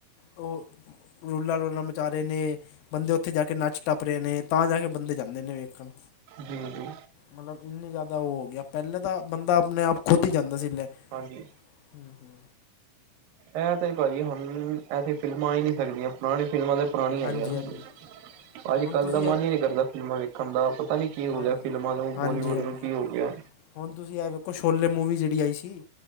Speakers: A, on the left (about 75°); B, on the right (about 75°).
A: ਉਹ ਰੋਲਾ- ਰੁਲਾਾਂ ਮਚਾ ਰਹੇ ਨੇ ਬੰਦੇ ਉੱਥੇ ਜਾ ਕੇ ਨੱਚ ਟੱਪ ਰੇ ਨੇ ਤਾਂ ਜਾ ਕੇ ਬੰਦੇ ਜਾਂਦੇ ਨੇ ਵੇਖਣ
B: ਜੀ ਜੀ
A: ਮਲਬ ਏਨੇ ਜਾਦਾ ਓ ਓ ਗਿਆ ਪੈਲੇ ਤਾਂ ਬੰਦਾ ਆਪਣੇ ਆਪ ਖੁਦ ਹੀ ਜਾਂਦਾ ਸੀਲੇ
B: ਹਾਂਜੀ।
A: ਹੂੰ ਹੂੰ।
B: ਐ ਤੇ ਭਾਜੀ ਹੁਣ ਐਸੀੇ ਫਿਲਮਾਂ ਆ ਈ ਨੂ ਸਕਦੀਆਂ। ਪੁਰਾਣੀ ਫਿਲਮਾਂ ਤਾਂ ਪੁਰਾਣੀਆਂ
A: ਹਾਂਜੀ
B: ਹੈਗੀਆਂ ਸੀ।
A: <unintelligible>
B: ਅੱਜ ਕੱਲ
A: ਤੁਸੀਂ
B: ਦਾ ਮਨ
A: ਇਹ
B: ਈ ਨੀ ਕਰਦਾ ਫਿਲਮਾਂ ਵੇਖਣ ਦਾ, ਪਤਾ ਨੀ ਕੀ ਹੋ
A: ਹਾਂਜੀ
B: ਗਿਆ ਫਿਲਮਾਂ ਨੂੰ
A: ਹਾਂਜੀ
B: ਬੋਲੀਵੁੱਡ
A: ਹਾਂਜੀ
B: ਨੂੰ ਕੀ ਹੋ ਗਿਆ।
A: ਹੁਣ ਤੁਸੀਂ ਐ ਵੇਖੋ ਛੋਲੇ ਮੂਵੀ ਜੇੜੀ ਆਈ ਸੀ।